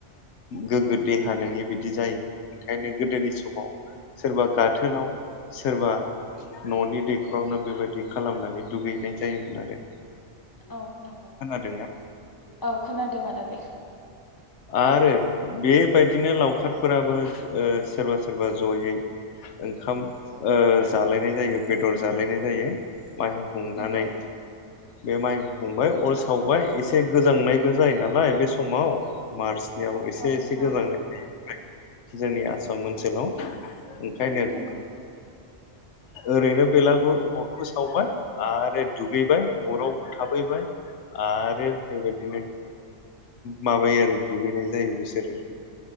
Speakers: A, on the left; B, on the left.
A: गोगो देहा नङि बिदि जायोन ओंखायनो गोदोनि समाव सोरबा गाथोनाव सोरबा ननि दैखरावनो बेबायाददि खालामनानै दुगैैनाय जायोमोन आरो
B: औ नोंगौ
A: खोनादोंना
B: औ खोनादों आदा बेखो।
A: आरो बेबायदिनो लावखारफोराबो ओ सोरबा सोरबा जयै ओंखाम ओ जालायनाय जायो बेदर जालायनाय जायो। माइहु हुंनानै
B: नंगौ
A: बे माइफुंबाय अर सावबाय एसे गोजांनायबो जायो नालाय बे समाव। मार्च बियाव एसे
B: औ
A: एसे
B: नंगौ
A: गोजांनाय थायो। जोंनि आसाम ओनसोलाव ओंखायनो
B: नंगौ
A: ओरैनो बेलागुर अरखौ सावबाय आरो दुगैबाय अराव थाबैबाय आरो बेबायदिनो माबायो आरो। दुगैनाय जायो बिसोरो